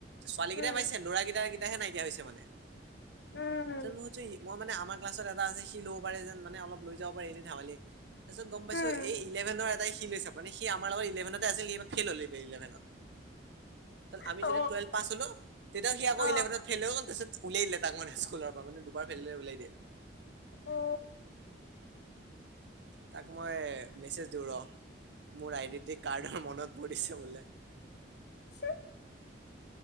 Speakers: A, on the right; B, on the left.
A: ছোৱালী
B: উম
A: কেইটাই পাইছে ল'ৰাকেইটা কেইটাহে নাইকিয়া হৈছে মানে
B: উম
A: মইো মই মানে আমাৰ ক্লাছত এটা আছে সি ল'ব পাৰে যেন মানে অলপ লৈ যাব পাৰে এনে ধেমালি। তাৰপিছত গম পাইছোঁ
B: উম
A: এই ইলেভেনৰ এটাই সি। কি লৈছা মানে সি আমাৰ লগত ইলেভেনতে আছিল সি এইবাৰ ফেইল হ'ল ইলেভেনত আমি
B: অ
A: যেতিয়া। টুৱেলভ পাছ হ'লো তেতিয়া সি আকৌ
B: অ
A: ইলেভেনত ফেইল হৈ গ'ল তাৰপিছত। উলিয়াই দিলে তাক মানে স্কুলৰ পৰা মানে দুবাৰ ফেল হলে উলাই দিয়ে।
B: অ।
A: তাক মই। মোৰ আইডেন্টিটি কাৰ্ডৰ মনত পৰিছে বোলে।
B: <inaudible>